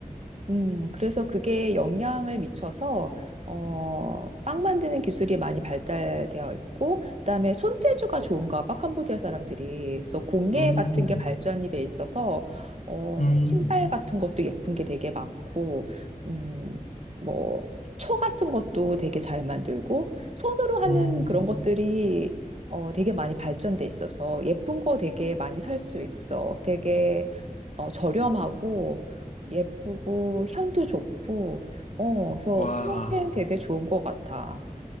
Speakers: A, on the right; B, on the left.
A: 음, 그래서 그게 영향을 미쳐서, 어, 빵 만드는 기술이 많이 발달되어 있고, 그다음에 손재주가 좋은가 봐, 캄보디아 사람들이. 그래서 공예
B: 음,
A: 같은 게 발전이 돼 있어서, 어,
B: 음,
A: 뭐 신발 같은 것도 예쁜 게 되게 많고, 음, 뭐, 초 같은 것도 되게 잘 만들고, 손으로 하는
B: 음.
A: 그런 것들이, 어, 되게 많이 발전돼 있어서, 예쁜 거 되게 많이 살 수 있어. 되게, 어, 저렴하고, 예쁘고 향도 좋고 어 그래서
B: 와,
A: 프롱팬 되게 좋은 것 같아.